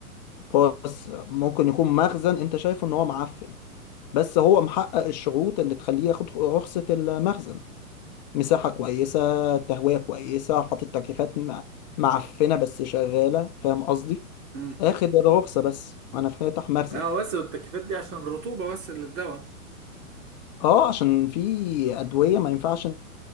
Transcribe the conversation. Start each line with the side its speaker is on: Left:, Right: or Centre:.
Left: بص ممكن يكون مخزن انت شايفه ان هو معفن بس هو محقق الشروط اللي تخليه ياخد رخصة المخزن مساحة كويسة تهوية كويسة حاطط تكييفات مع- معفنة بس شغالة فاهم قصدي
Right: امم
Left: اخد الرخصة بس انا فاتح مخزن
Right: اه بس التكييفات دي عشان الرطوبة بس اللي الدواء
Left: اه عشان في ادوية ما ينفعش